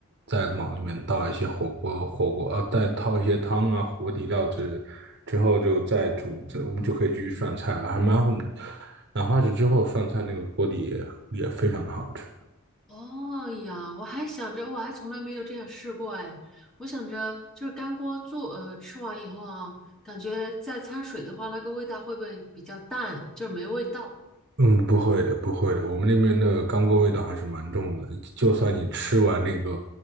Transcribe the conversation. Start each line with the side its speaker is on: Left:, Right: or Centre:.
Right: 再往里面倒一些火锅火锅，呃，再倒一些汤啊、火锅底料之之后就再煮，这我们就可以继续涮菜了，还蛮好哪怕是之后涮菜那个锅底也也非常的好吃。
Centre: 哦哎呀，我还想着我还从来没有这样试过哎，我想着就是干锅做呃吃完以后啊，感觉再掺水的话，那个味道会不会比较淡，就是没味道？
Right: 嗯，不会的，不会的，我们那边的干锅味道还是蛮重的。就算你吃完那个